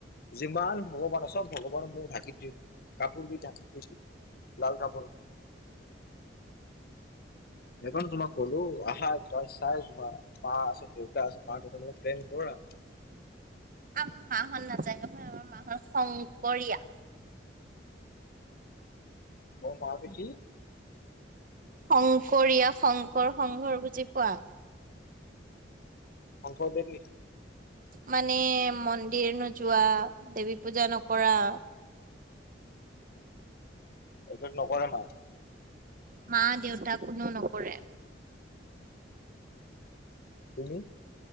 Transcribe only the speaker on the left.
যিমান ভগৱানৰ চব ভগৱানক মোৰ ধাকি দি, কাপোৰ দি ধাকি দিছিল। লাল কাপোৰ। এখন তোমাক ক'লো আহা জাষ্ট চাই যোৱা। পা আছে, দেউতা আছে, মা দেউতা লগত ফ্ৰেংক কৰ আ
মোৰ মাহঁতে কি
<unintelligible>
এইটোত নকৰে <unintelligible>
তুমি?